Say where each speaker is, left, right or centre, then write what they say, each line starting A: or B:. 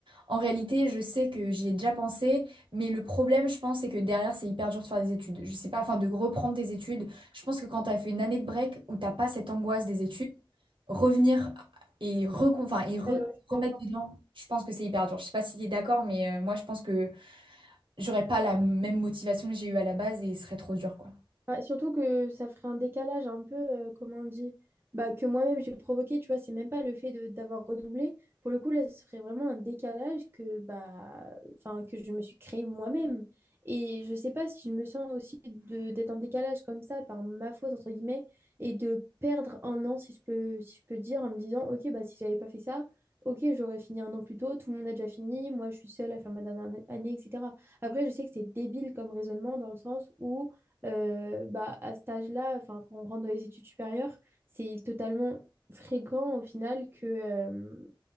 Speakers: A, on the right (about 65°); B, on the right (about 25°).
A: en réalité, je sais que j'y ai déjà pensé, mais le problème, je pense, c'est que derrière, c'est hyper dur de faire des études. Je sais pas, enfin, de reprendre tes études. Je pense que quand t'as fait une année de break où t'as pas cette angoisse des études, revenir et, recon- enfin, et re-
B: ouais, ouais,
A: remettre
B: ouais.
A: dedans, je pense que c'est hyper dur. Je sais pas si tu es d'accord, mais euh, moi, je pense que j'aurais pas la même motivation que j'ai eue à la base et ce serait trop dur, quoi.
B: Ouais, surtout que ça ferait un décalage un peu, euh, comment on dit, bah, que moi-même j'ai provoqué, tu vois, c'est même pas le fait de d'avoir redoublé. Pour le coup, là, ce serait vraiment un décalage que, bah, enfin, que je me suis créé moi-même. Et je sais pas si je me sens aussi de d'être en décalage comme ça, par ma faute, entre guillemets, et de perdre un an, si je peux, si je peux dire, en me disant, ok, bah, si j'avais pas fait ça, ok, j'aurais fini un an plus tôt, tout le monde a déjà fini, moi, je suis seule à faire ma dernière année, etc. Après, je sais que c'est débile comme raisonnement dans le sens où euh, bah, à cet âge-là, enfin, quand on rentre dans les études supérieures, c'est totalement fréquent au final que, euh,